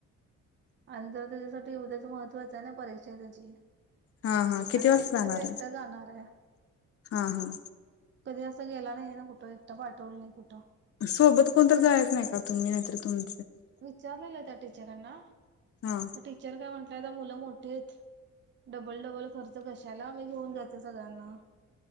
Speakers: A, on the right; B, on the left.
A: आणि जर त्याच्यासाठी उद्याच महत्त्वाचंय ना, परीक्षा त्याची.
B: हा हा किती
A: आणि
B: वाजता
A: मेन म्हणजे
B: जाणार
A: तो एकटा
B: आहे
A: जाणारेय.
B: हा हा
A: कधी असं गेला नाही ना कुठं, एकटा पाठवलं नाही कुठं.
B: सोबत कोण तर जायाच नाही का तुम्ही, नाहीतर तुम
A: विचारलेलं त्या टीचरांना,
B: हा
A: टीचर काय म्हटल्या. आता मुलं मोठीयेत. डबल डबल खर्च कशाला, मी घेऊन जाते सगळ्यांना